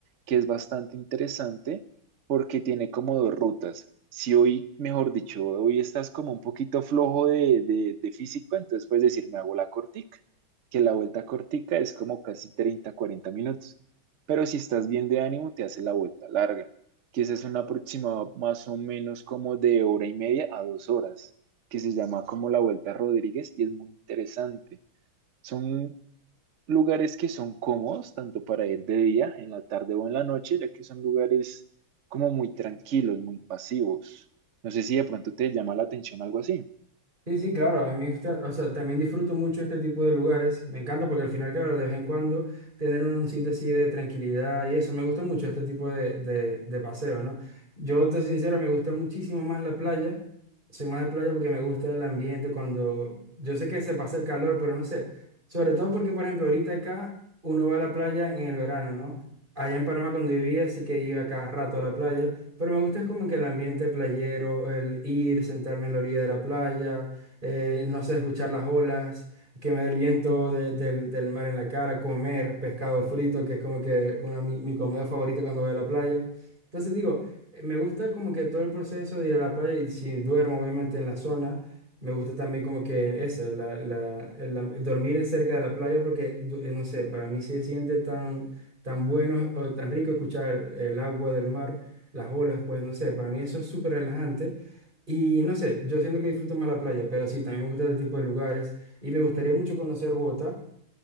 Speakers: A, on the right (about 75°); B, on the right (about 25°).
A: que es bastante interesante porque tiene como dos rutas. Si hoy, mejor dicho, hoy estás como un poquito flojo de, de, de físico, entonces puedes decir, me hago la cortica, que la vuelta cortica es como casi 30 40 minutos. Pero si estás bien de ánimo, te hace la vuelta larga, que esa es una aproximado más o menos como de hora y media a dos horas, que se llama como la vuelta Rodríguez y es muy interesante. Son lugares que son cómodos, tanto para ir de día, en la tarde o en la noche, ya que son lugares como muy tranquilos, muy pasivos. No sé si de pronto te llama la atención algo así.
B: Sí, sí, claro, a mí está- o sea, también disfruto mucho este tipo de lugares. Me encanta porque al final, claro, de vez en cuando tener un sitio así de tranquilidad y eso, me gusta mucho este tipo de, de, de paseo, ¿no? Yo, te soy sincero, me gusta muchísimo más la playa. Soy más de playa porque me gusta el ambiente cuando... Yo sé que se pasa el calor, pero no sé. Sobre todo porque, por ejemplo, ahorita acá uno va a la playa en el verano, ¿no? Allá en Panamá cuando vivía sí que iba cada rato a la playa, pero me gusta es como que el ambiente playero, el ir, sentarme en la orilla de la playa eh, no sé, escuchar las olas, que me dé el viento de- del, del mar en la cara, comer pescado frito, que es como que una, mi, mi comida favorita cuando voy a la playa. Entonces digo, eh, me gusta como que todo el proceso de ir a la playa y si duermo obviamente en la zona. Me gusta también como que eso, la, la, el, el dormir en cerca de la playa porque, du- eh, no sé, para mí sí se siente tan, tan bueno o tan rico escuchar el agua del mar, las olas, pues no sé, para mí eso es súper relajante. Y no sé, yo siento que disfruto más la playa, pero sí, también me gusta este tipo de lugares y me gustaría mucho conocer Bogotá.